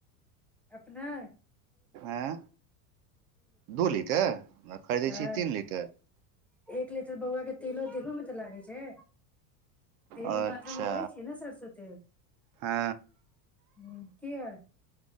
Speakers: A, in the centre; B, on the right.
A: अपना
B: आँय दू लीटर आ खरीदै
A: हँ
B: छीै तीन लीटर
A: एक लीटर बौआ के तेलो देखो में तऽ लागे छै तमे
B: अच्छा
A: मथामे धरे छिय ने सरसो तेल
B: हँ
A: ह केए